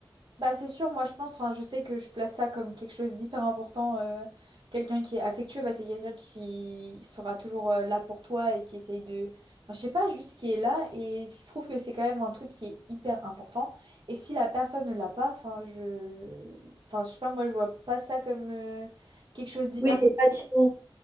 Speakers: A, on the right; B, on the right.
A: Bah, c'est sûr, moi je pense, enfin je sais que je place ça comme quelque chose d'hyper important. euh, quelqu'un qui est affectueux, bah, c'est quelqu'un qui sera toujours euh, là pour toi et qui essaye de. enfin, je sais pas, juste qui est là et je trouve que c'est quand même un truc qui est hyper important. Et si la personne ne l'a pas, enfin je. Enfin, je sais pas, moi je vois pas ça comme euh, quelque chose d'hyper.
B: Oui, c'est pas attirant.